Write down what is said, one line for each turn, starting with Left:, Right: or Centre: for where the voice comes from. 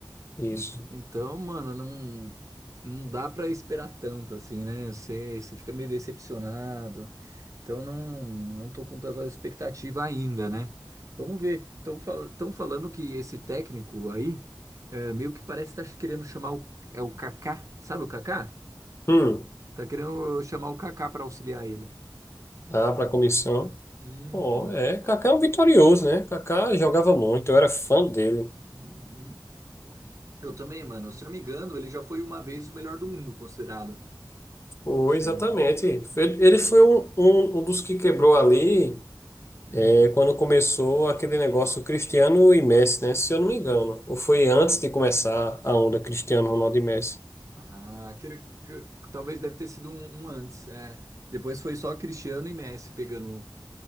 Left: Isso.
Right: Ent- Então, mano, não, não dá pra esperar tanto assim, né? Você, você fica meio decepcionado. Então não, não tô com tanta expectativa ainda, né? Vamos ver. Estão fal tão falando que esse técnico aí é, meio que parece estar querendo chamar o, é o Kaká, sabe o Kaká?
Left: Hum,
Right: Tá querendo chamar o Kaká para auxiliar ele.
Left: dá para comissão.
Right: Uhum.
Left: Ó, é, Kaká é um vitorioso, né? Kaká jogava muito, eu era fã dele.
Right: Uhum. Eu também, mano. Se eu não me engano, ele já foi uma vez o melhor do mundo, considerado.
Left: Foi,
Right: Sabe?
Left: exatamente. Foi- ele foi um, um, um dos que quebrou ali.
Right: Hum.
Left: Foi quando começou aquele negócio Cristiano e Messi, né? Se eu não me engano. Ou foi antes de começar a onda Cristiano, Ronaldo e Messi?
Right: Ah, aquele que- que talvez deve ter sido um, um antes, é. Depois foi só Cristiano e Messi pegando,